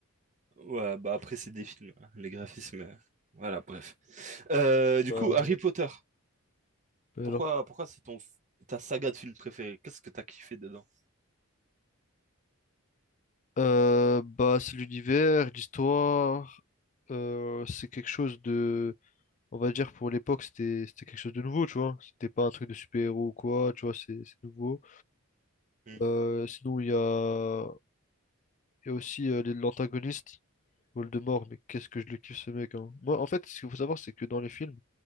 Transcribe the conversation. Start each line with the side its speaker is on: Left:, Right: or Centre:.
Right: Ouais, bah après, c'est des films, hein, les graphismes. euh, Voilà, bref. Euh, du
Left: Bah,
Right: coup, Harry Potter,
Left: mais
Right: pourquoi,
Left: alors.
Right: pourquoi c'est ton, ta saga de film préférée? Qu'est-ce que t'as kiffé dedans?
Left: Euh, bah, c'est l'univers, l'histoire. euh, c'est quelque chose de... on va dire pour l'époque c'était c'était quelque chose de nouveau, tu vois. C'était pas un truc de super-héros ou quoi, tu vois, c'est c'est nouveau.
Right: Hmm.
Left: Euh, sinon il y a il y a aussi euh, l'antagoniste Voldemort, mais qu'est-ce que je le kiffe ce mec hein. Moi en fait, ce qu'il faut savoir c'est que dans les films